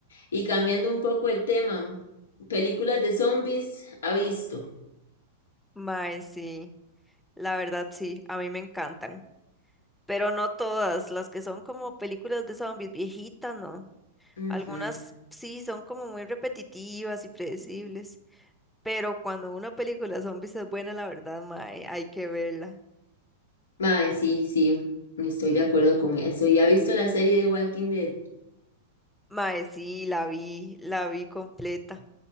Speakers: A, on the left; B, in the centre.
A: Y cambiando un poco el tema, películas de zombies ha visto.
B: mae, sí. La verdad, sí, a mí me encantan, pero no todas, las que son como películas de zombies viejitas, no.
A: Ujú.
B: Algunas sí son como muy repetitivas y predecibles, pero cuando una película de zombies es buena, la verdad, mae, hay que verla.
A: Mae, sí, sí, estoy de acuerdo con eso. ¿Y ha visto la serie de Walking Dead?
B: Mae, sí, la vi, la vi completa.